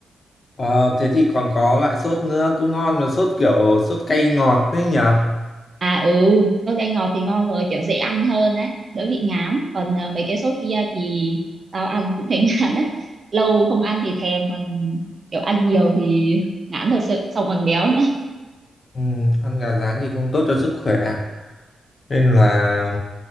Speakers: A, on the left; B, on the right.
A: Ờ, thế thì còn có loại sốt nữa cũng ngon mà sốt kiểu sốt cay ngọt đấy nhở
B: À ừ, sốt cay ngọt thì ngon rồi, kiểu dễ ăn hơn đấy, đỡ bị ngán. Còn à, mấy cái sốt kia thì tao ăn cũng thấy <laughs> ngán đấy. Lâu không ăn thì thèm, còn kiểu ăn nhiều thì ngán thật sự, xong còn béo nữa.
A: ừ, ăn gà rán thì không tốt cho sức khỏe à? nên là